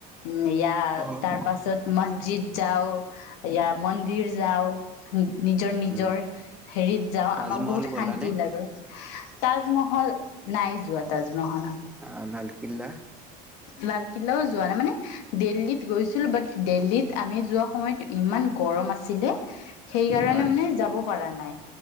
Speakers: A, on the left (about 80°); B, in the centre.
A: উম এয়া
B: হয়,
A: তাৰ পাছত মছজিদ যাওঁ, এয়া মন্দিৰ যাওঁ নিজৰ নিজৰ
B: উম।
A: হেৰিত যাওঁ
B: তাজমহল
A: আমাক বহুত শান্তি
B: গ'লানে?
A: তাজমহল নাই নাই যোৱা তাজমহল।
B: অ' লাল কিলা
A: লালকিল্লাও যোৱা নাই মানে দিল্লীত গৈছিলো বাট দিল্লীত আমি যোৱা সময়ত ইমান গৰম আছিলে! সেই কাৰণে
B: হয়
A: মানে যাব পাৰা নাই